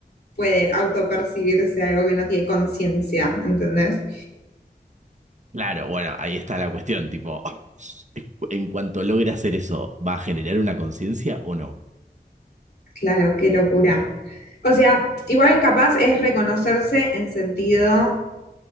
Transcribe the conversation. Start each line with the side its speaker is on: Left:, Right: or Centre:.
Left: puede autopercibirse algo que no tiene conciencia? ¿Entendés?
Right: Claro, bueno, ahí está la cuestión, tipo, <laughs> en cuanto logre hacer eso, ¿va a generar una conciencia o no?
Left: Claro, qué locura. O sea, igual capaz es reconocerse en sentido,